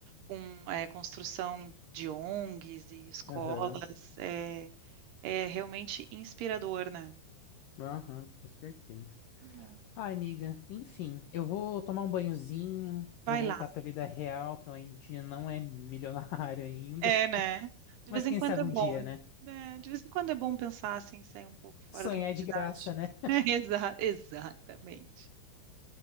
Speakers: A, on the right (about 75°); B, on the left (about 80°).
A: com, eh, construção de ONGs e escolas.
B: Aham,
A: É, é realmente inspirador, né?
B: aham, com certeza.
A: Uhum.
B: Ai, amiga, enfim, eu vou tomar um banhozinho, vou
A: Vai
B: voltar
A: lá.
B: pra vida real, que eu ainda não é milionário <laughs> ainda.
A: É, né? De
B: Mas
A: vez
B: quem
A: em quando
B: sabe
A: é
B: um
A: bom.
B: dia, né?
A: É, de vez em quando é bom pensar assim, sair um pouco fora
B: Sonhar
A: da realidade.
B: é de graça, né?
A: <laughs> Exa- exatamente.